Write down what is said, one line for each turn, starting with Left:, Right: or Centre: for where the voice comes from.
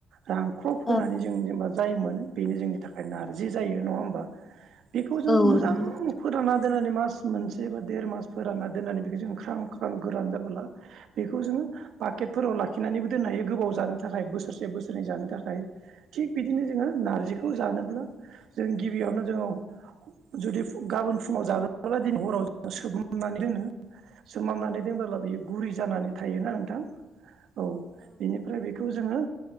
Right: रानख्रब होनोनानै
Left: औ
Right: जों जेनेबा जाय मोनो बेनो जोंनि थाखाय नारजि जायो नङा होमबा बेखौ जों
Left: औ
Right: मोजां
Left: नंगौ
Right: फोरानना दोननानै मास मोनसे बा देर मास फोरानना दोननानै बेखौ जों ख्रां ख्रां गोरान जाबोला बेखौ जोङो पाकेटफोराव लाखिनानैबो दोननो हायो गोबाव जानो थाखाय थाखाय बोसोरसे बोसोर जानो थाखाय थिग बिदिनो जोङो नारजिखौ जानोब्ला जों गिबियावनो जोङो जुदि गाबोन फुङाव जाग्राब्ला दिनै हराव ज सोगोमनानै दोनो सोमाननानै दोनबोला बियो गुरि जानानै थायोना नोंथां औ बिनिफ्राय बेखौ जोङो